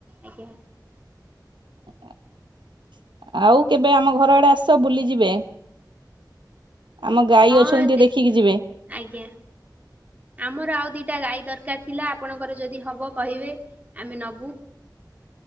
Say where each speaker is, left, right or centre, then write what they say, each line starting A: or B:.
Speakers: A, on the right; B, on the right.
A: ଆଜ୍ଞା।
B: <inaudible> ଆଉ କେବେ ଆମ ଘର ଆଡେ ଆସ ବୁଲିଯିବେ? ଆମ ଗାଈ
A: ହଁ
B: ଅଛନ୍ତି ଟିକେ
A: ଦେଖ
B: ଦେଖିକି ଯିବେ?
A: ଆଜ୍ଞା। ଆମର ଆଉ ଦୁଇଟା ଗାଈ ଦରକାର ଥିଲା ଆପଣଙ୍କର ଯଦି ହବ କହିବେ ଆମେ ନବୁ।